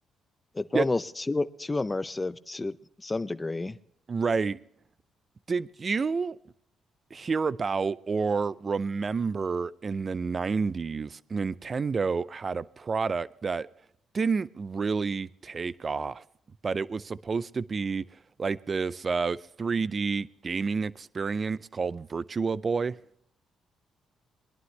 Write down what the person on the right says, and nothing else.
Yet,
right. Did you hear about or remember in the 90s, Nintendo had a product that didn't really take off, but it was supposed to be like this uh, 3D gaming experience called Virtua Boy?